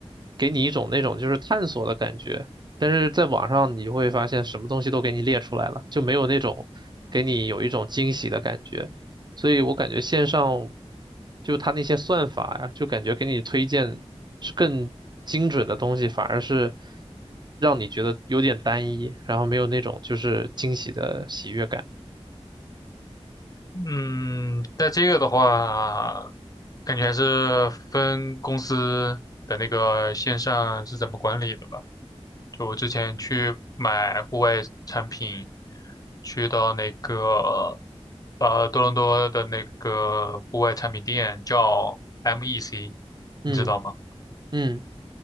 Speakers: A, on the right; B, on the left.
A: 给你一种那种就是探索的感觉。但是在网上你就会发现什么东西都给你列出来了，就没有那种给你有一种惊喜的感觉。所以我感觉线上就它那些算法呀，就感觉给你推荐是更精准的东西，反而是让你觉得有点单一，然后没有那种就是惊喜的喜悦感。
B: 嗯，但这个的话，感觉还是分公司的那个线上是怎么管理的吧。就我之前去买户外产品，去到那个呃多伦多的那个户外产品店叫 MEC，
A: 嗯
B: 你知道吗？
A: 嗯，